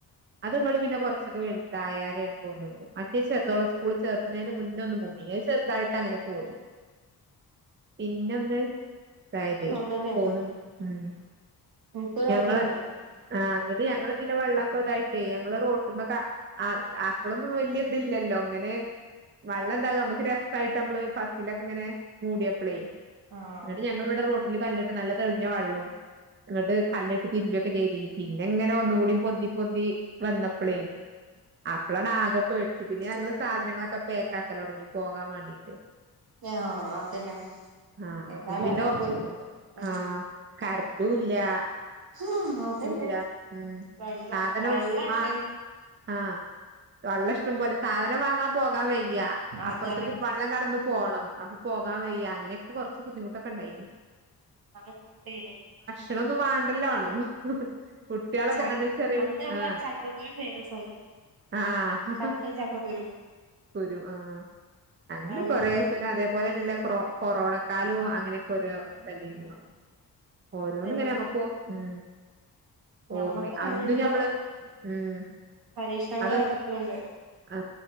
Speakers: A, on the right (about 30°); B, on the right (about 65°).
A: അത് നമ്മള് പിന്നെ കുറച്ചൊക്കെ വെൽ തയരെ ആണെന്ന് തോന്നുണ്ട്. മറ്റേ ചെറുോം <unintelligible> സ്കൂള ചേർുന്നതിന് മുന്നേ ഒന്ന് മൂടി ചെറുതായിട്ട്ങ്ങനെ പോയി പിന്നൊന്ന് അതായതെ
B: അതന്നെയാണ്
A: പോന്ന ഉം
B: എനിക്കൊരു
A: ഞങ്ങളെ
B: ഓർമ്മണ്ട്
A: ആ എന്നിട്ട് ഞങ്ങൾ വെ ള്ളം തായിട്ടേ ഞങ്ങള് റോട്ടന്ന് അ അപ്പളൊന്നും വലിയ ഇതില്ലല്ലോ അങ്ങനെ വെള്ളം ന്താകും നമുക്ക് രസായിട്ട് നമ്മള് ഫസ്റ്റിലൊക്കെ ഇങ്ങനെ മൂടിയപ്പളേും
B: ആഹ്
A: എന്നങ്ങിട്ട് ഞങ്ങൾിവിടെ റോട്ടിൽ കല്ലി ട്ട് നല്ല തെളിഞ്ഞ വെള്ളവും എന്നിട്ട് കല്ലിട്ട് തിരുമ്പി ചെയ്തിന് പിന്നെ ഇങ്ങനെ ഒന്നുകൂടി പൊന്തി പൊന്തി വന്നപ്പളെ അപ്പളാണ് ആകെ പേടിച്ചു പിന്നെ ഞങ്ങള്ൾ
B: ആഹ്
A: സാധനങ്ങളൊക്കെ പേക്ക് ആക്കലൊ ടങ്ങി പോകാൻ വേണ്ടിട്ട്
B: ആഹ അതന്നെ
A: ആഹ
B: ഏതായാലും
A: അപ്പൊ പിന്നെ
B: അതൊക്കെ
A: ഒ
B: ഒരു ഉം
A: ആഹ കറണ്ടുംലാ
B: ആഹ് അതന്നെ
A: ചുംല്ല മ്
B: വെള്ളം
A: സാധനം
B: വെള്ളണ്ട്
A: ആ ആഹ വള്ള ശ് പോലെ സാധനം വാങ്ങാൻ പോകാൻ വയ്യാ
B: അതന്നെ
A: അപ്പുറത്തേക്ക് വെള്ളം കടന്നു പോണം പോകാൻ വയ്യ അങ്ങനെയൊക്കെ കുറച്ച് ബുദ്ധിമുട്ടൊക്കെ ഉണ്ടായിന്
B: <unintelligible>
A: ഭക്ഷണ ഒന്ന് വാണ്ടല്ല ആണും കുട്ടികളൊക്കെ
B: ച
A: അന്ന് ചെറിയ
B: അന്ന് നമ്മളെ
A: ആ
B: ചക്കക്കുരു ഫേമസ് ആയില്ലേ
A: ആ ഹ
B: ചക്കയും
A: ഹ
B: ചക്കക്കുരുവും
A: കുരു ആ അങ്ങനെകൊർ
B: ഔ
A: കൊറ പിന്നെ അതേപോലെ തന്നെ കൊറോണക്കാലോ അങ്ങനെയൊക്കെ ഒഓോ ഇ തന്നോ ഓരോന്നുംങ്ങനമുക്കും
B: അതന്നെ
A: മ്
B: ഞമ്മക്ക്
A: ഓർമ്മി അന്ന്
B: നല്ല
A: ഞമ്മള് ഉം
B: പരീക്ഷണങ്ങൾ
A: അതും
B: ഇറക്കുന്നുണ്ട്
A: ആ